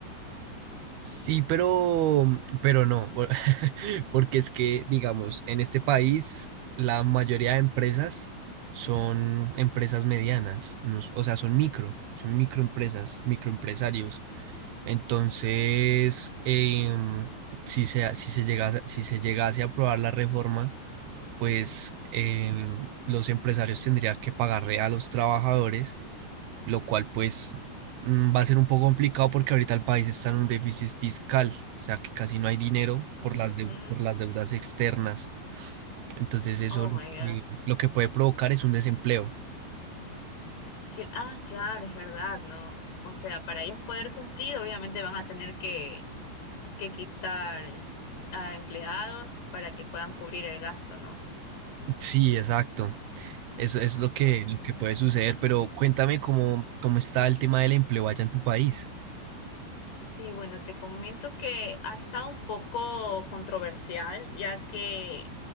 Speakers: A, on the right (about 70°); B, on the left (about 55°).
A: Sí, pero, pero no, por- <laughs> porque es que, digamos, en este país la mayoría de empresas son empresas medianas, no s- o sea, son micro, son microempresas, microempresarios. Entonces, em, si se, si se llegase, si se llegase a aprobar la reforma, pues em, los empresarios tendrían que pagarle a los trabajadores lo cual pues mm, va a ser un poco complicado porque ahorita el país está en un déficit fiscal, o sea que casi no hay dinero
B: Ujú.
A: por las, deu- por las deudas externas. Entonces eso
B: Oh
A: lo
B: my God.
A: que, lo que puede provocar es un desempleo.
B: Gil- Ah, claro, es verdad, ¿no? O sea, para ellos poder cumplir, obviamente van a tener que, que quitar a empleados para que puedan cubrir el gasto, ¿no?
A: Sí, exacto. Eso es lo que,
B: Mm.
A: lo que puede suceder, pero cuéntame cómo, cómo está el tema del empleo allá en tu país.
B: Sí, bueno, te comento que ha estado un poco controversial, ya que